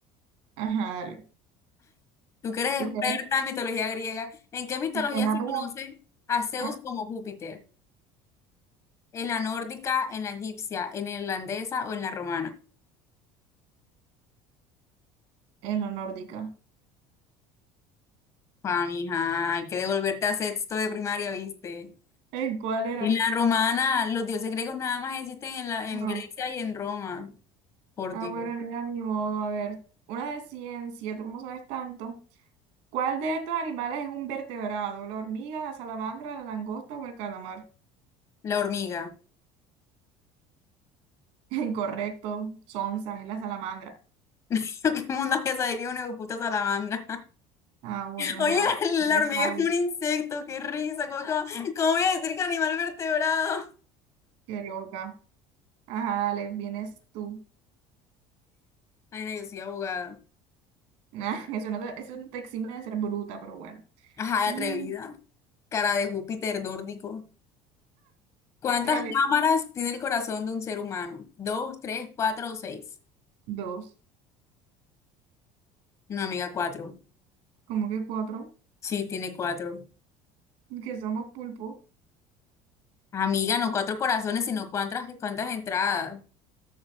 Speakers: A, on the right (about 65°); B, on the left (about 25°).
A: Ajá, dale.
B: Tú que eres
A: ¿Tú quieres?
B: experta en mitología griega, ¿en qué mitología
A: Buena
B: se
A: pega.
B: conoce a Zeus
A: Ah,
B: como Júpiter? ¿En la nórdica, en la egipcia, en la irlandesa o en la romana?
A: en la nórdica.
B: Ah, mija, hay que devolverte a sexto de primaria, ¿viste?
A: ¿En cuál era?
B: En la romana, los dioses griegos nada más existen en la, en
A: No.
B: Grecia y en Roma. Por
A: Ah,
B: Dios.
A: bueno, no era ni modo. A ver, una de ciencia, ¿tú cómo sabes tanto? ¿Cuál de estos animales es un vertebrado? ¿La hormiga, la salamandra, la langosta o el calamar?
B: La hormiga.
A: <laughs> Incorrecto, sonsa, es la salamandra.
B: <laughs> Lo que mundo había salido una puta salamandra. <laughs>
A: Ah, bueno,
B: Oye,
A: ya,
B: la,
A: ya
B: la
A: lo
B: hormiga
A: sabes.
B: es un insecto, qué risa. ¿Cómo, cómo- cómo voy a decir que animal vertebrado?
A: Qué loca. Ajá, dale, vienes tú.
B: Ay, no, yo soy abogada.
A: Nah, <laughs> eso no te, eso no te exime de ser bruta, pero bueno.
B: Ajá,
A: Ni,
B: de atrevida. Cara de Júpiter nórdico. ¿Cuántas
A: dale,
B: cámaras tiene el corazón de un ser humano? ¿Dos, tres, cuatro o seis?
A: dos.
B: No, amiga, cuatro.
A: como que cuatro?
B: Sí, tiene cuatro.
A: Que somos pulpo.
B: Amiga, no cuatro corazones, sino cuántas, cuántas entradas.